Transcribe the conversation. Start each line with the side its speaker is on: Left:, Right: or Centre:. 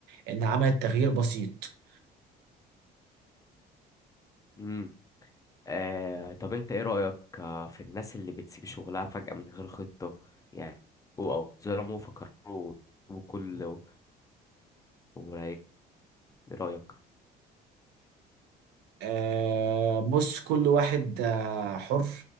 Right: ان عملت تغيير بسيط
Left: مم. آه طب انت ايه رأيك آه، في الناس اللي بتسيب شغلها فجأة من غير خطة يعني او أو ظلموا فكروا وكل ورايقهم ايه رأيك
Right: آه بص كل واحد آه حر